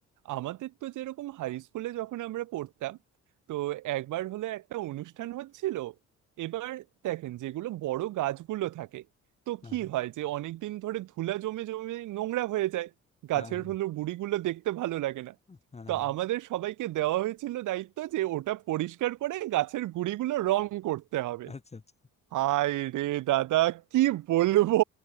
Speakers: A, on the right (about 80°); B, on the left (about 20°).
A: আমাদের তো যেরকম হাই স্কুলে যখন আমরা পড়তাম তো একবার হলে একটা অনুষ্ঠান হচ্ছিল এবার দেখেন যেগুলো বড় গাছগুলো থাকে তো
B: হ্যাঁ
A: কি হয় যে অনেকদিন ধরে ধুলা জমে জমে নোংরা হয়ে যায় গাছের
B: হ্যাঁ হ্যাঁ
A: হলো গুড়িগুলো দেখতে ভালো লাগে না
B: হ্যাঁ
A: তো
B: হ্যাঁ,
A: আমাদের সবাইকে দেওয়া হয়েছিল দায়িত্ব যে ওটা পরিষ্কার করে গাছের গুড়িগুলো রং করতে হবে
B: আচ্ছা আচ্ছা
A: হায় রে দাদা কি বলবো